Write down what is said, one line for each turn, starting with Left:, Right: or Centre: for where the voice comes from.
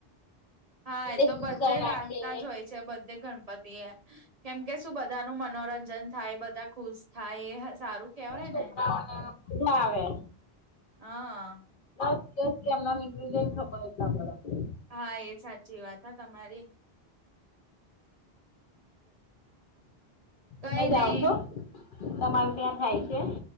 Right: હા એ
Left: એક
Right: તો
Left: ભૂસા
Right: બધે
Left: રાખે
Right: રાખતા જ હોય છે બધે ગણપતિ એ કેમ કે શું બધા ન મનોરંજન થાય બધા ખુશ થાય. સારું કેવાય
Left: છોકરાઓને
Right: ને
Left: મજા આવે
Right: હા
Left: સ કે એમના નીકળી જાયને ખબર એટલા પડ
Right: હા એ સાચી વાત હ તમારી કઈ
Left: તમે જાઓ
Right: નઈ
Left: છો તમારું ત્યાં થાય છે.